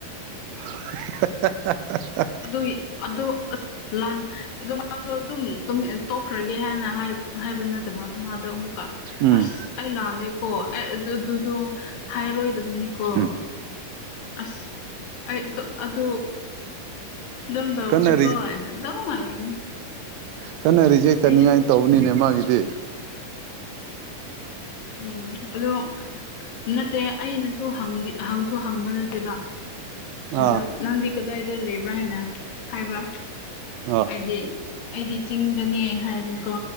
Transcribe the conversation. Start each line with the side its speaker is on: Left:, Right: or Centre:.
Right: <inaudible>
Left: ꯑꯗꯨ ꯑꯗꯨꯗ ꯑ ꯂꯥꯟ ꯑꯣ ꯃꯥꯁꯨ ꯑꯗꯨꯝ ꯇꯣꯛꯈ꯭ꯔꯒꯦ ꯍꯥꯏꯅ ꯍꯥꯏꯕ ꯅꯠꯇꯕ ꯃꯥꯗꯣ ꯑꯃꯨꯛ
Right: ꯎꯝ
Left: ꯑꯁ ꯑꯩ ꯂꯥꯜꯂꯦꯀꯣ ꯑꯩ ꯑꯗꯨ ꯑꯗꯨꯗꯣ ꯍꯥꯏꯔꯣꯏꯗꯕꯅꯤꯀꯣ
Right: ꯎꯝ
Left: ꯑꯁ ꯑꯩꯗꯣ ꯑꯗꯨ ꯗꯝꯗꯈꯩ
Right: ꯀꯟꯅ
Left: ꯀꯣ ꯍꯥꯏꯅ ꯃ ꯍꯥꯏꯔꯅꯤ
Right: ꯀꯟꯅꯔꯤꯁꯦ ꯍ ꯆꯅꯤꯡꯉꯥꯏ
Left: ꯑꯩꯁꯨ
Right: ꯇꯧꯕꯅꯤꯅꯦ ꯃꯥꯒꯤꯗꯤ
Left: ꯎꯝ ꯑꯗꯣ ꯅꯠꯇꯦ ꯑꯩꯅꯁꯨꯪꯗꯤ ꯍꯪꯁꯨ ꯍꯪꯕ ꯅꯠꯇꯦꯕ
Right: ꯑꯥ
Left: ꯑ ꯅꯪꯗꯤ ꯀꯗꯥꯏꯗ ꯂꯩꯕ꯭ꯔꯥ ꯍꯥꯏꯅ ꯍꯥꯏꯕ
Right: ꯑꯥ
Left: ꯍꯥꯏꯗꯤ ꯑꯩꯗꯤ ꯆꯤꯡꯗꯅꯦ ꯍꯥꯏꯔꯦꯀꯣ